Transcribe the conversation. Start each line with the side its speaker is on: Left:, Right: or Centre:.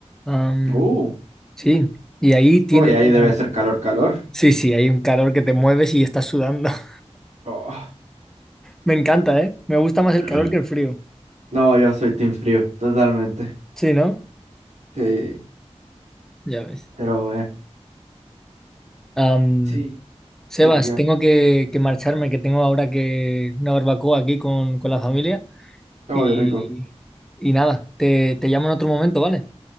Centre: Am,
Right: Uh,
Centre: sí, y ahí tienen
Right: uy, ahí
Centre: una...
Right: debe ser calor, calor.
Centre: Sí, sí, hay un calor que te mueves y estás sudando. <laughs>
Right: Oh.
Centre: Me encanta, ¿eh? Me gusta más el
Right: <clears throat>
Centre: calor que el frío.
Right: No, yo soy team frío, totalmente.
Centre: Sí, ¿no?
Right: Sí,
Centre: Ya ves.
Right: pero eh,
Centre: Am,
Right: sí,
Centre: Sebas,
Right: sería.
Centre: tengo que, que marcharme, que tengo ahora que una barbacoa aquí con, con la familia.
Right: Oh,
Centre: Y,
Right: qué rico.
Centre: y nada, te, te llamo en otro momento, ¿vale?